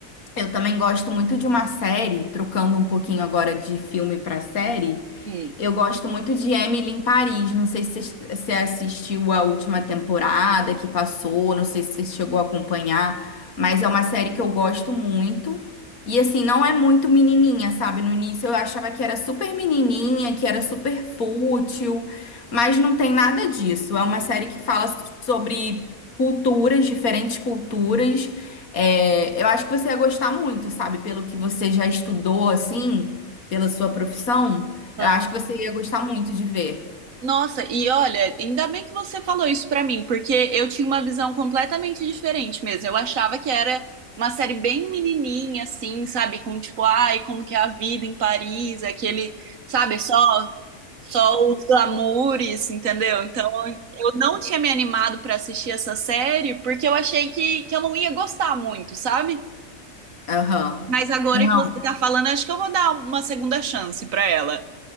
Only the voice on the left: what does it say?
Eu também gosto muito de uma série, trocando um pouquinho agora de filme para série.
Eu gosto muito de Emily em Paris. Não sei se você você assistiu a última temporada que passou, não sei se você chegou a acompanhar, mas é uma série que eu gosto muito. E assim, não é muito menininha, sabe? No início eu achava que era super menininha, que era super fútil, mas não tem nada disso. É uma série que fala sobre culturas, diferentes culturas. É, eu acho que você ia gostar muito, sabe? Pelo que você já estudou, assim, pela sua profissão.
Eu acho que você ia gostar muito de ver.
Aham.
Não,